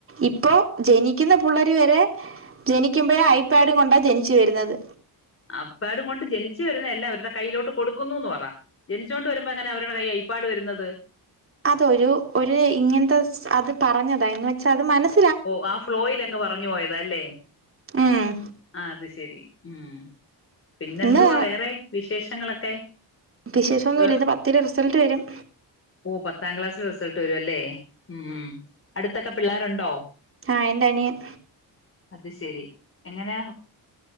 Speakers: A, on the right (about 30°); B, on the left (about 30°).
A: ഇപ്പോ ജനിക്കുന്ന പുള്ളാര് വരെ ജനിക്കുമ്പഴേ ഐപാഡും കൊണ്ടാ ജനിച്ചു വരുന്നത്
B: അപ്പാടും കൊണ്ട് ജനിച്ചു വരുന്നയല്ലാ അവരുടെ കയ്യിലോട്ട് കൊടുക്കുന്നുന്ന് പറ ജനിച്ചു കൊണ്ട് വരുമ്പോ എങ്ങനെ അവരുടെ കൈ ഐപ്പാട് വരുന്നത്
A: അത ഒരു ഒരു ഇങ്ങനത്തെ അത് പറഞ്ഞതാ എന്ന് വെച്ചാൽ അത് മനസ്
B: ഓ ആ ഫ്ലോയിലങ്ങ് പറഞ്ഞു പോയതാല്ലേ
A: ഉം
B: ആ അത് ശരി ഉം പിന്നെന്തുവാ
A: ഇന്ന്
B: വേറെ വിശേഷങ്ങളെ ക്കെ
A: വിശേഷമൊന്നുമില്ല
B: <unintelligible>
A: ഇന്ന് പത്തില് റിസൾട്ട് വരും
B: ഓ പത്താം ക്ലാസ്സില് റിസൾട്ട് വരുല്ലേ ഉം അടുത്തൊക്കെ പിള്ളേരുണ്ടോ
A: ആഹ എന്റെനിയൻ
B: അത് ശെരി എങ്ങനാ